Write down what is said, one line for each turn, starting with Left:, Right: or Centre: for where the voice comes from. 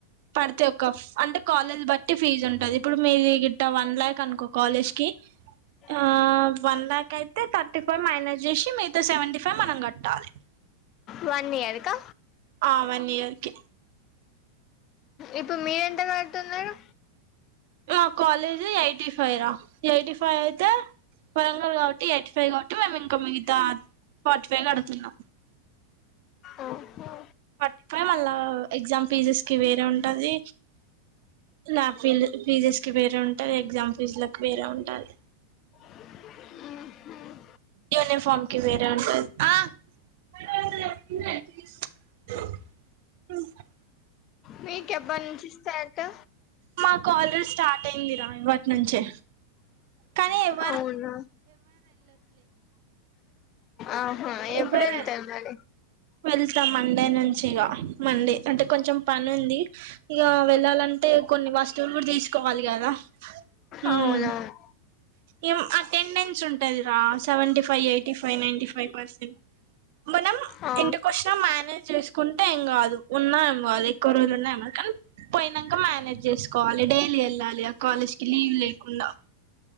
Right: పడితే ఒక అంటే కాలేజ్ బట్టి ఫీజ్ ఉంటది ఇప్పుడు మీడి గొట్ట వన్ ల్యాక్ అనుకో కాలేజ్ కి
Left: అ
Right: ఆ వన్ ల్యాక్ అయితే థర్టీ ఫైవ్ మైనస్ చేసి మీతో సెవెంటీ ఫైవ్ మనం కట్టాలి
Left: వన్ ఇయర్కా
Right: ఆ వన్ ఇయర్కి
Left: ఇప్పు మీరెంత కడుతున్నారు
Right: మా కాలేజ్ ఎయిటీ ఫైవ్ రా ఎయిటీ ఫైవ్ అయితే వరంగల్ కాబట్టి ఎయిటీ ఫైవ్ కాబట్టి మేము ఇంకా మిగతా ఫార్టీ ఫైవ్ కడుతున్నా
Left: ఒహో
Right: ఫార్టీ ఫై మళ్ళా ఎగ్జామ్ ఫీజెస్ కి వేరే ఉంటది లాబ్ ఫిల్ ఫీజెస్ కి వేరే ఉంటది ఎగ్జామ్ ఫీజు లకి వేరే ఉంటాది
Left: మ్ హ్మ్
Right: యూనిఫామ్ కి వేరే ఉంటది <unintelligible>
Left: మీకెప్పడి నుంచి స్టార్టు
Right: మాకాలేజ్ స్టార్ట్ అయిందిరా ఇవటి నుంచే కానీ ఎవ్
Left: అవునా ఆహా ఎప్పుడెళ్తారు
Right: ఎవరు
Left: మరి
Right: వెళ్తాం మండే నుంచి ఇగ మండే అంటే కొంచెం పనుంది ఇగ వెళ్ళాలంటే కొన్ని వస్తువులు కూడా తీసుకోవాలి కదా హ్మ్
Left: అవునవును
Right: ఏం అటెండెన్స్ ఉంటదిరా seventy five eighty five ninety five percent మనం
Left: ఆ
Right: ఇంటికొచ్చిన మేనేజ్ చేసుకుంటే ఏం గాదు ఉన్నా ఏం గాదు ఎక్కువ రోజులు ఉన్నా ఏ కా కానీ పోయినాంక మేనేజ్ చేసుకోవాలి డైలీ వెళ్ళాలి ఆ కాలేజ్ కి లీవ్ లేకుండా